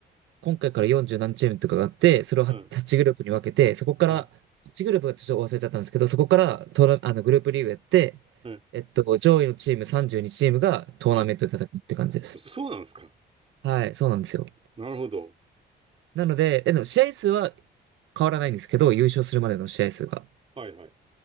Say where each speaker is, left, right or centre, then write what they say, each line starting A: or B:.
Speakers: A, on the right; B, on the right.
A: 今回から40何チームとかがあって、それを8グループに分けて、
B: うん。
A: そこから、
B: はい。
A: 8グループはちょっと忘れちゃったんですけど、そこからトーナ、あの、グループリーグやって、
B: はい。
A: えっと、上位のチーム32チームがトーナメントで戦うって感じです。
B: はい。そうなんですか
A: はい、そうなんですよ。
B: なるほど。
A: なので、え、でも試合数は変わらないんですけど、優勝するまでの試合数が。
B: はいはい。